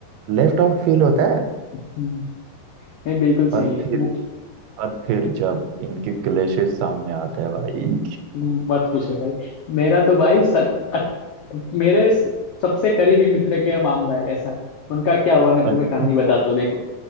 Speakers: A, on the right (about 80°); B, on the left (about 80°).
A: लेफ्ट आउट फील होता है
B: हम्म, नहीं बिल्कुल सही
A: और
B: है
A: फिर
B: वो
A: और फिर जब इनके क्लेशेस सामने आते हैं भाई इनके
B: मत पूछो भाई मेरा तो भाई सच, अ- मेरे स- सबसे करीबी मित्र का मामला है ऐसा है उनका क्या हुआ मैं तुम्हें
A: अच्छा
B: कहानी बताता हूँ देखो